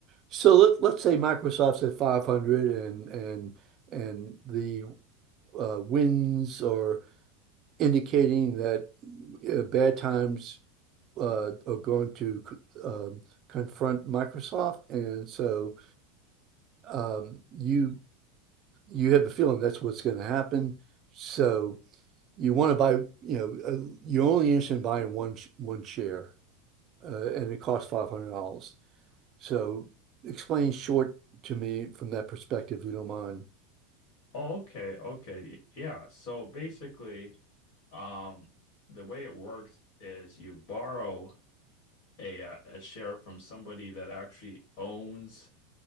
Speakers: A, on the right; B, on the left.
A: So let let's say Microsoft's at five hundred and and and the uh, Winds or indicating that uh, bad times uh, are going to um, confront Microsoft, and so um, you you have a feeling that's what's going to happen. So you want to buy, you know, uh, you're only interested in buying one one share, uh, and it costs five hundred dollars. So explain short to me from that perspective, if you don't mind.
B: Okay, okay. Yeah. So basically, um, the way it works is you borrow a uh, a share from somebody that actually owns